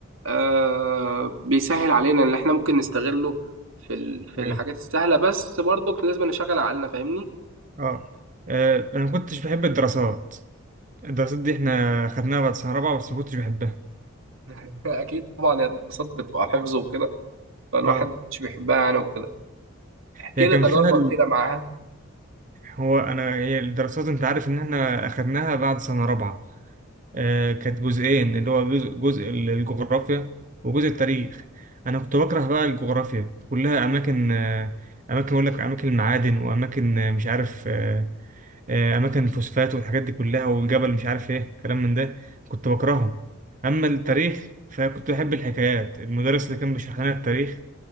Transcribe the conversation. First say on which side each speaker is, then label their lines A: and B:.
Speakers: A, on the right (about 70°); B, on the right (about 35°).
A: آه بيسهل علينا ان احنا ممكن نستغله في ال... في
B: ايوه
A: الحاجات السهلة بس برضه لازم نشغل عقلنا فاهمني
B: اه آه، انا ما كنتش بحب الدراسات الدراسات دي احنا خدناها بعد سنه رابعه بس ما كنتش بحبها
A: <laughs> اكيد طبعا الدراسات بتبقى حفظ وكده فالواحد
B: اه
A: مش بيحبها يعني وكده احكي
B: هي
A: لي
B: كان
A: تجاربك
B: فيها ال...
A: كده معاها
B: هو انا هي الدراسات انت عارف ان احنا اخدناها بعد سنه رابعه آه كانت جزئين اللي هو جزء جزء ال- الجغرافيا وجزء التاريخ انا كنت بكره بقى الجغرافيا كلها اماكن آه اماكن اقول لك اماكن المعادن واماكن آه، مش عارف آه، آه، اماكن الفوسفات والحاجات دي كلها والجبل مش عارف ايه كلام من ده كنت بكرهه اما التاريخ فكنت بحب الحكايات المدرس اللي كان بيشرح لنا التاريخ